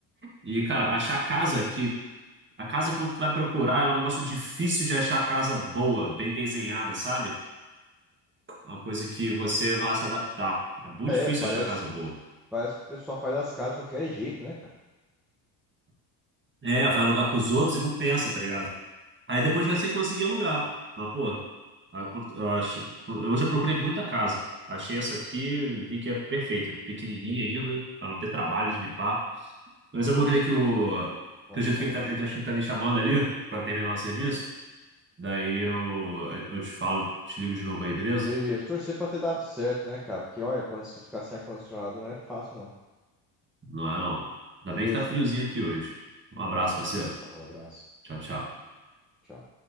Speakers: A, on the right; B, in the centre.
A: E, cara, achar casa que. A casa quando tu vai procurar é um negócio difícil de achar casa boa, bem desenhada, sabe? Uma coisa que você vai se adaptar. É muito
B: É,
A: difícil
B: parece,
A: achar casa boa.
B: parece que o pessoal faz as casas de qualquer jeito, né, cara?
A: É, vai alugar pros outros e não pensa, tá ligado? Aí depois você conseguir alugar. Mas, pô, aí quando- eu acho. Eu já procurei muita casa. Achei essa aqui, vi que é perfeita. Pequenininha ainda, pra não ter trabalho de limpar. Mas eu vou ver
B: Pô,
A: que o.
B: bom
A: Acredito
B: demais.
A: que ele tá, acho que ele tá me chamando ali pra terminar o serviço. Daí eu, eu te falo, te ligo de novo aí, beleza?
B: Beleza, torcer pra ter dado certo, né, cara? Porque olha, quando você ficar sem ar-condicionado não é fácil, não.
A: Não é não. Ainda
B: Beleza?
A: bem que tá friozinho aqui hoje. Um abraço,
B: Fechou
A: parceiro.
B: então. Falou, abraço.
A: Tchau, tchau.
B: Tchau.